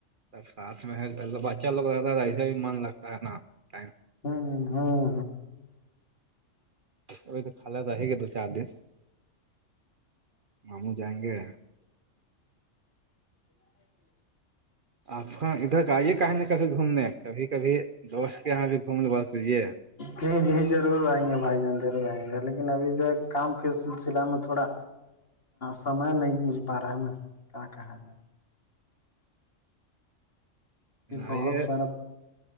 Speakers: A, on the right; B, on the left.
A: سب ساتھ میں ہے بچہ لوگ رہتا ہے ایسے بھی من لگتا ہے نا ٹائم
B: ہوں ہوں
A: ابھی تو خالا رہے گی دو چار دن ماموں جائیں گے
B: <inaudible>
A: آپ کا ادھر آئیے کہیں نا کبھی گھومنے کبھی کبھی دوست کہاں بھی گومنے بات کریے
B: جی جی ضرور آئیں گے بھائی جان ضرور آئیں گے لیکن ابھی جو ہے کام کے سلسلہ میں تھوڑا سمے نہیں مل پا رہا ہے نا کیا کہا جائے
A: آئیے
B: بہت سارا